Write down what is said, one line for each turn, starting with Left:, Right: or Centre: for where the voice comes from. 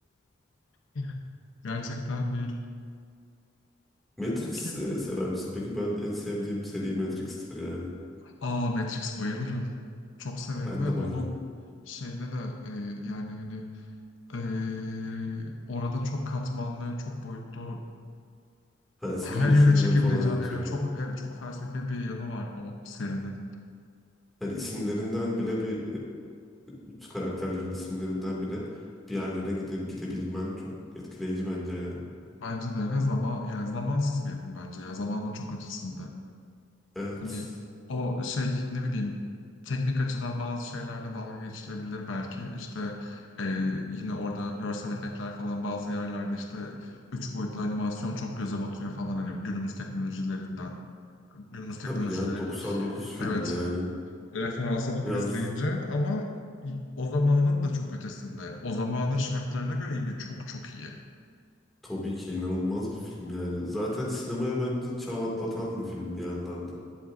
Left: <laughs> gerçekten değil.
Centre: <laughs> Matrix
Left: Okey.
Centre: e, sever misin? Peki ben en sevdiğim seri Matrix'tir yani.
Left: Aa Matrix bayılırım. Çok severim
Centre: Ben
Left: ve
Centre: de
Left: onun
Centre: bayılırım.
Left: şeyine de eee, yani hani eee, orada çok katmanlı, çok boyutlu
Centre: Felsefi
Left: her
Centre: düşünceler
Left: yere çekebileceğin
Centre: falan yatıyor.
Left: evet çok evet çok felsefi bir yanı var o serinin.
Centre: Yani isimlerinden bile bir e, karakterlerin isimlerinden bile bir yerlere gidip gidebilmen çok etkileyici bence yani.
Left: Bence de ve zaman yani zamansız bir yapım bence ya zamanın çok ötesinde.
Centre: Evet.
Left: Hani o şey ne bileyim teknik açıdan bazı şeylerle dalga geçilebilir belki. İşte e, yine orada görsel efektler falan bazı yerlerde işte üç boyutlu animasyon çok göze batıyor falan hani günümüz teknolojilerinden günümüz
Centre: E,
Left: teknolojilerini
Centre: tabii yani 99 film
Left: evet
Centre: yani.
Left: referans alıp
Centre: Biraz
Left: izleyince ama o zamanın da çok ötesinde. O zamanın şartlarına göre yine çok çok iyi.
Centre: Tabii ki inanılmaz bir film yani. Zaten sinemaya bence çağ atlatan bir film bir yandan da.